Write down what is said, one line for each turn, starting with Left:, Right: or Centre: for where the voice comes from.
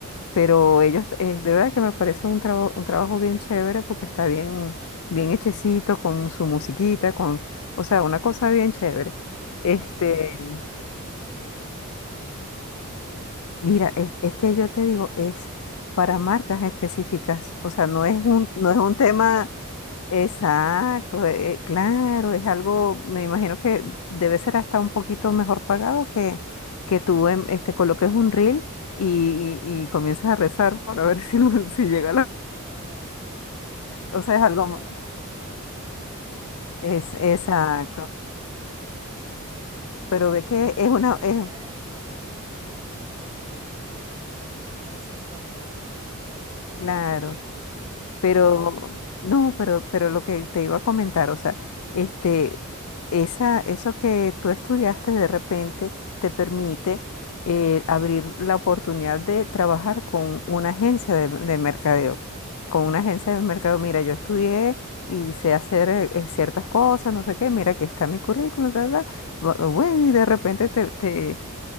Left: Pero ellos, eh, de verdad que me parece un trabajo, un trabajo bien chévere porque está bien, bien hechecito, con su musiquita, con, o sea, una cosa bien chévere.
Right: ¿Y qué
Left: Este,
Right: contenido hacen? O sea, ¿qué tipo de, de videos arman?
Left: mira, es, es que yo te digo, es para marcas específicas. O
Right: Ah,
Left: sea, no es
Right: claro,
Left: un,
Right: es bien
Left: no
Right: publicidad,
Left: es un tema.
Right: entonces varía totalmente,
Left: Exacto,
Right: claro.
Left: eh, claro, es algo, me imagino que debe ser hasta un poquito mejor pagado que, que tú em, este, coloques un reel y, y- y comiences a rezar para ver <laughs> si, lo-
Right: Y
Left: si
Right: totalmente.
Left: llega la...
Right: No, no, nada mejor que estar subsidiado
Left: O sea, es algo... ma-
Right: o convocado por una marca. Ahí ya tienes
Left: Es,
Right: garantizado
Left: exacto,
Right: el trabajo. Sí, sí, sí, definitivamente.
Left: pero
Right: Bueno,
Left: ve
Right: pero
Left: que
Right: imagino
Left: es una...
Right: que para
Left: Es,
Right: llegar a eso ten- tienen que haber pasado como eh, todo un proceso de nada, de poder mostrarse
Left: claro.
Right: y, y que los elijan,
Left: Pero,
Right: ¿no?
Left: no, pero, pero lo que te iba a comentar, o sea, este, esa, eso que tú estudiaste de repente te permite eh, abrir la oportunidad de trabajar con una agencia de, de mercadeo. Con una agencia de mercadeo, mira, yo estudié y sé hacer eh, eh, ciertas cosas, no sé qué, mira, aquí está mi currículum, ta, ta. Bu- Bueno, y de repente te, te,